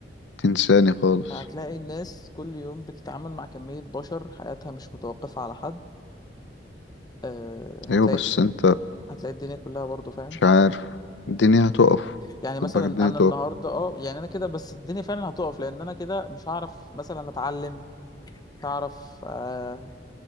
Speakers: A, on the left; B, on the left.
A: تنساني خالص
B: فهتلاقي الناس كل يوم بتتعامل مع كمية بشر حياتها مش متوقفة على حد آه،
A: ايوه
B: هتلاقي
A: بس انت
B: هتلاقي الدنيا كلها برضو فاهم
A: مش عارف الدنيا هتقف
B: يعني مثلا
A: خد بالك الدنيا
B: انا
A: هتقف
B: النهارده اه يعني انا كده بس الدنيا فعلا هتقف لان انا كده مش هعرف مثلا اتعلم مش هعرف آه